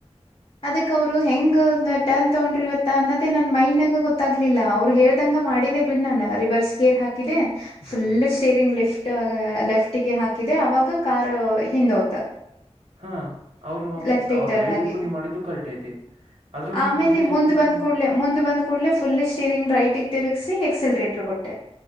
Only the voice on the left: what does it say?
ಅದಕ್ ಅವರು ಹೆಂಗ ಟರ್ನ್ ತಗೊಂಡ್ರ ಇವತ್ತ ಅನ್ನದೇ ನನ್ ಮೈಂಡ್ಗ ಗೊತ್ತಾಗ್ಲಿಲ್ಲ ಅವ್ರು ಹೇಳ್ದಂಗ ಮಾಡಿದ ನಾನ ರಿವರ್ಸ್ ಗೇರ್ ಹಾಕಿದೆ
ಫುಲ್ ಸ್ಟೇರಿಂಗ್ ಲಿಫ್ಟ್ ಲೆಫ್ಟ ಗೆ ಹಾಕಿದೆ ಅವಾಗ ಕಾರ್ ಹಿಂದೋತ
ಲೆಫ್ಟಿಗೆ
ಟರ್ನ್
ಆಗಿ
ಆಮೇಲೆ
ಮುಂದ್
ಬಂದ
ಕೂಡ್ಲೆ ಮುಂದ್ ಬಂದ್ ಕೂಡ್ಲೆ ಫುಲ್ ಸ್ಟೀರಿಂಗ್ ರೈಟ್ಗ್ ತಿರುಗ ಎಕ್ಸಿಲರೇಟರ್ ಕೊಟ್ಟೆ